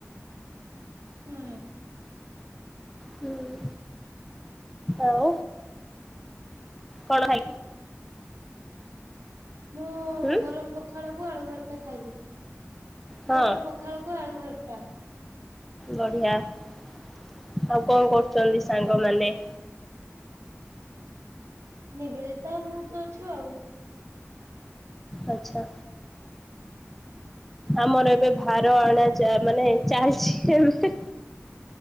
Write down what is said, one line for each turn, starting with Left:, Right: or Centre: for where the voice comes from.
Right: ହୁଁ
Centre: ହୁଁ ଆଉ କଣ ହେ
Right: ମୁଁ
Centre: ହୁଁ
Right: ଗରମ ପଖାଳକୁ ଆଳୁ ଭରତେ ଖାଇଲି।
Centre: ହଁ
Right: ଗରମ ପଖାଳ କୁ ଆଳୁ ଭରତା
Centre: ବଢିଆ ଆଉ କଣ କରୁଛନ୍ତି ସାଙ୍ଗମାନେ?
Right: ନିବେଦିତା ଆଉ ମୁଁ ତ ଅଛୁ ଆଉ।
Centre: ଆଚ୍ଛା ଆମର ଏବେ ଭାର ଅଣା ଚା ମାନେ ଚାଲିଛି ଏମିତି।